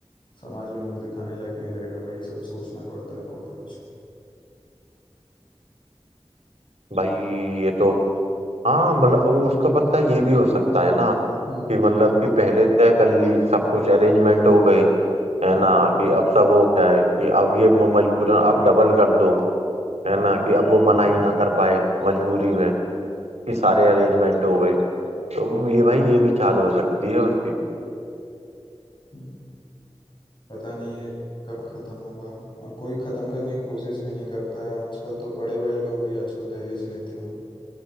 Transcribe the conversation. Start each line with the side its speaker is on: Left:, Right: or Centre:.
Left: समाज में मुंह दिखाने लायक नहीं रहेगा वही सब सोचना पड़ता है बहुत कुछ
Right: भाई ये तो हाँ मतलब उसका पता ये भी हो सकता है ना
Left: हम्म
Right: कि मतलब कि पहले तय कर ली सब कुछ अरेंजमेंट हो गए है
Left: हम्म
Right: ना कि अब सब हो गया है कि अब ये म- मजबूरन आप डबल कर दो है
Left: हम्म,
Right: ना कि अब वो मना ही ना कर पाए मजबूरी में कि सारे अरेंजमेंट हो गए तो ये भाई ये भी चाल हो सकती है उसकी
Left: हम्म। पता नहीं ये कब खत्म होगा और कोई खत्म करने की कोशिश भी नहीं करता है आजकल तो बड़े बड़े लोग भी आजकल दहेज लेते हैं